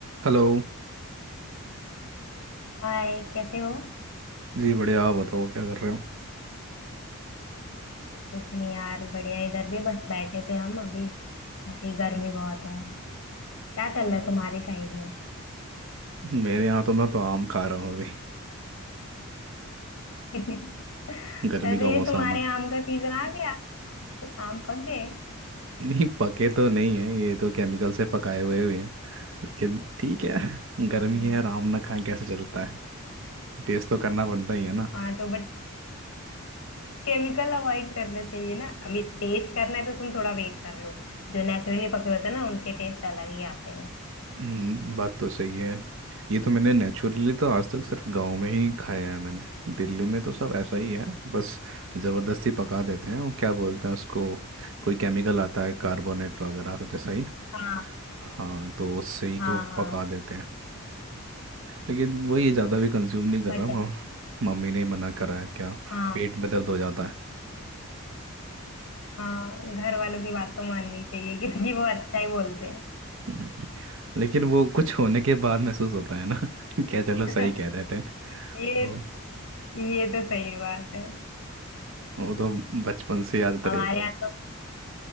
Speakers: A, on the right; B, on the left.
A: Hello
B: हाय कैसे हो
A: जी बढ़िया आप बताओ क्या कर रहे हो
B: कुछ नहीं यार बढ़िया इधर भी बस बैठे थे हम अभी ऐसे ही गर्मी बहुत है क्या चल रहा
A: हम्म।
B: है तुम्हारी साइड में
A: मेरे यहाँ तो मैं तो आम खा रहा हूँ अभी
B: <laughs>
A: <laughs> गर्मी
B: वैसे
A: का मौसम
B: तुम्हारे
A: है
B: आम का सीजन आ गया आम पक गए
A: नहीं पके तो नहीं है ये तो केमिकल से पकाए हुए हुए हैं लेकिन ठीक है <laughs> गर्मी
B: तो-
A: है और आम ना खाएं कैसे चलता है टेस्ट तो करना पड़ता ही है ना
B: हाँ तो बट केमिकल अवॉइड <laughs> करना चाहिए ना अभी टेस्ट करना है तो तुम थोड़ा वेट कर लो जो नेचुरली पके होते हैं ना उनके टेस्ट अलग ही आते हैं
A: हम्म, बात तो सही है ये तो मैंने नेचुरली तो आज तक सिर्फ गांव में ही खाया है मैंने दिल्ली में तो सब ऐसा ही है बस ज़बरदस्ती पका देते हैं और क्या बोलते हैं उसको कोई केमिकल आता है कार्बोनेट वगैरह कुछ ऐसा ही
B: हाँ
A: हाँ तो उससे ही
B: हाँ
A: कि वो
B: हाँ
A: पका देते हैं लेकिन वही है, ज़्यादा भी कंज्यूम नहीं कर
B: बट
A: रहा मम- मम्मी ने ही मना करा है क्या
B: हाँ
A: पेट में दर्द हो जाता है
B: हाँ घर वालों की बात तो माननी चाहिए क्योंकि वो अच्छा ही बोलते
A: हम्म, लेकिन वो कुछ होने के बाद महसूस होता है ना <laughs> क्या चलो सही
B: हैं <laughs>
A: कह रहे थे तो
B: ये ये तो सही बात है
A: वो तो बचपन से याद
B: हमारे
A: रहेगा ही।
B: यहाँ तो